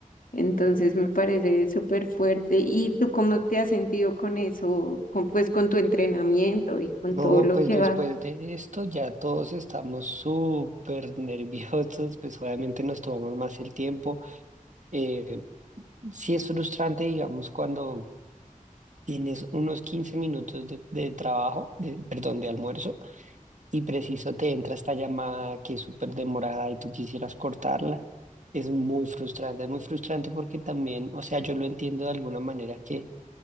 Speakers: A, on the left; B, on the right.
A: Entonces me parece súper fuerte. ¿Y tú cómo te has sentido con eso, con, pues con tu entrenamiento y con
B: No,
A: todo lo
B: pues
A: que
B: después
A: va?
B: de esto ya todos estamos súper nerviosos, pues obviamente nos tomamos más el tiempo. Eh, sí es frustrante, digamos, cuando tienes unos 15 minutos de, de trabajo, de, perdón, de almuerzo y preciso te entra esta llamada que es súper demorada y tú quisieras cortarla, es muy frustrante, es muy frustrante porque también, o sea, yo lo entiendo de alguna manera que